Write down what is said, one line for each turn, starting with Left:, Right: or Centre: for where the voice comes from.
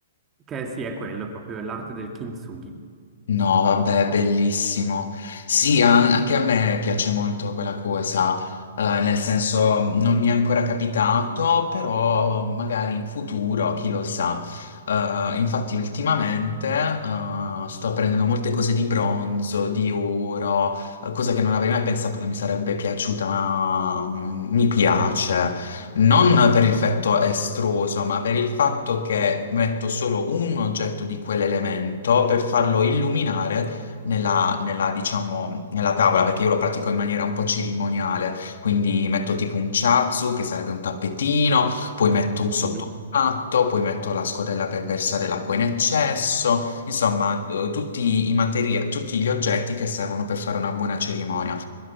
Right: Che sì, è quello, proprio l'arte del kintsugi.
Left: No, vabbè, bellissimo. Sì, an- anche a me piace molto quella cosa, eh, nel senso non mi è ancora capitato, però magari in futuro, chi lo sa. Eh, infatti ultimamente, eh, sto prendendo molte cose di bronzo, di oro, eh, cosa che non avrei mai pensato che mi sarebbe piaciuta, ma mm, mi piace. Non per il fatto estruso, ma per il fatto che metto solo un oggetto di quell'elemento per farlo illuminare nella, nella, diciamo, nella tavola, perché io lo pratico in maniera un po' cerimoniale. Quindi metto tipo un chazu, che sarebbe un tappetino, poi metto un sottopatto,
Right: Mhm.
Left: poi metto la scodella per versare l'acqua in eccesso, insomma, eh, tutti i materia- tutti gli oggetti che servono per fare una buona cerimonia.